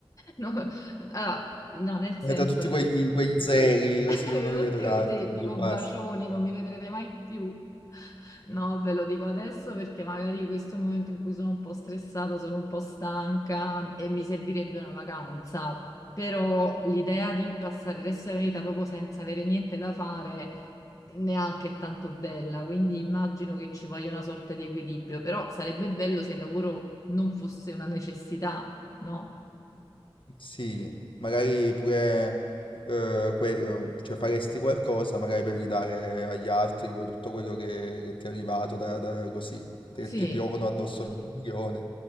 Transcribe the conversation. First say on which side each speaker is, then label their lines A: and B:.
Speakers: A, on the left; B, on the left.
A: No, allora, no, nel senso.
B: Eh, Da tutti quegli, quegli zeri così
A: E
B: uno
A: vedo
B: dietro
A: tutti
B: l'altro,
A: invece
B: così,
A: dico
B: basta.
A: bacioni, non mi vedrete mai più. No, ve lo dico adesso perché magari questo è il momento in cui sono un po' stressata, sono un po' stanca e mi servirebbe una vacanza. Però l'idea di passare il resto della vita proprio senza avere niente da fare neanche è tanto bella, quindi immagino che ci voglia una sorta di equilibrio, però sarebbe bello se il lavoro non fosse una necessità, no?
B: Sì, magari pure eh, quello, cioè faresti qualcosa magari per ridare agli altri que- tutto quello che, che ti è arrivato da, da- così, che
A: Sì.
B: ti piovono addosso 20 milioni,